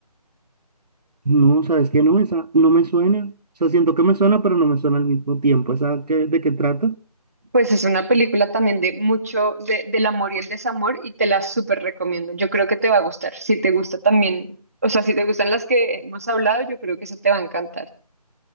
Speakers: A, on the right; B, on the right.
A: No, ¿sabes qué? No, esa no me suena. O sea, siento que me suena, pero no me suena al mismo tiempo. ¿Esa qué, de qué trata?
B: Pues es una película también de mucho de, del amor y el desamor y te la súper recomiendo. Yo creo que te va a gustar. Si te gusta también, o sea, si te gustan las que hemos hablado, yo creo que eso te va a encantar.